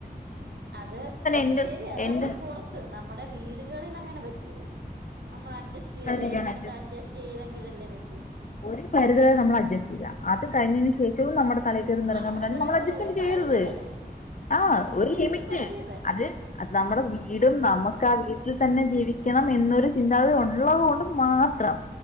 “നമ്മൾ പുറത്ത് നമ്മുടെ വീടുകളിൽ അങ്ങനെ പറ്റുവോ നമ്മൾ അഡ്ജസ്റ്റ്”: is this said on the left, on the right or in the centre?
Right